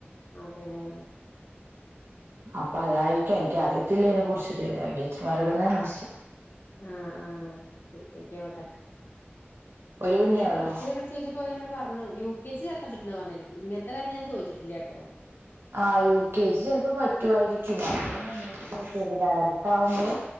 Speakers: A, on the left; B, on the right.
A: അതന്നെ
B: അപ്പൊ അതായിരിക്കും എനിക്ക അറിയത്തില്ല അതിനെ കുറിച്ചിട്ട് ടീച്ചർമാരോടകേ ഓ
A: ആഹ് ആഹ് ചോയിച്ചു നോക്കട്ടെ
B: ഒരു കുഞ്ഞേള്ളോ
A: ഞാൻ കൊറച്ചു പേരോട് ചോദിച്ചപ്പോ അവരങ്ങനെ പറ <inaudible> യു കെ ജി ചേർത്തപ്പോ പറഞ്ഞു ഇങ്ങത്തെ കാര്യം ഞാൻ ചോദിച്ചിട്ടില്ലട്ടോ
B: ആഹ് യു കെ ജി ചിലപ്പോ പറ്റുവായിരിക്കും മാത്ര <inaudible> ഇംഗ്ലീഷ് ഡയറക്ട് ആവുമ്പോൾ